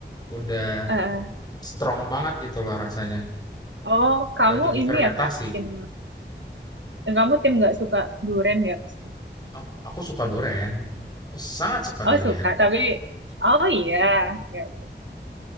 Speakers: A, on the left; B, on the right.
A: udah
B: Eh,
A: strong banget gitu loh rasanya.
B: oh kamu
A: Lagi difermentasi.
B: ini ya kak tim kamu tim nggak suka durian ya pasti
A: Aku, aku suka durian. Aku sangat suka
B: oh
A: durian.
B: suka tapi oh iya oke oke